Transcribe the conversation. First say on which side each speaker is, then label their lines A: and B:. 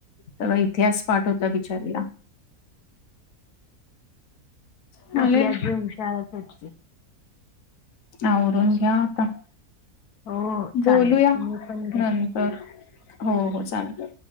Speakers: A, on the left; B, on the left.
A: तर इतिहास पाठ होत नाही बिचारीला. चालेल
B: आपल्या आजी हुशार <unintelligible>
A: आवरून घ्या आता.
B: हो हो चालेल
A: बोलूया
B: तुम्ही पण घ्या
A: नंतर, हो हो चालतय.